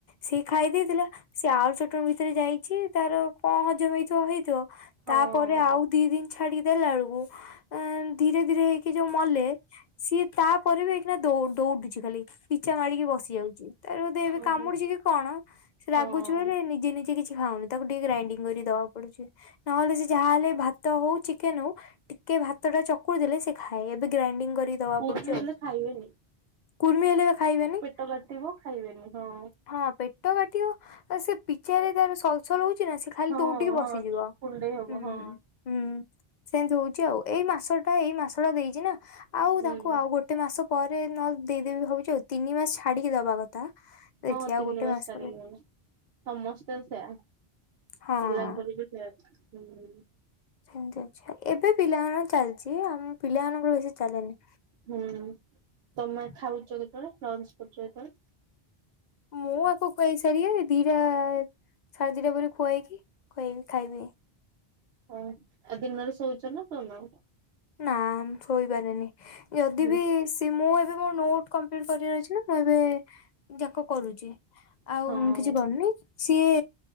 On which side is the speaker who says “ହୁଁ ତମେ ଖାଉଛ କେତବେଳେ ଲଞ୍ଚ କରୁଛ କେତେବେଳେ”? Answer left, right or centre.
Right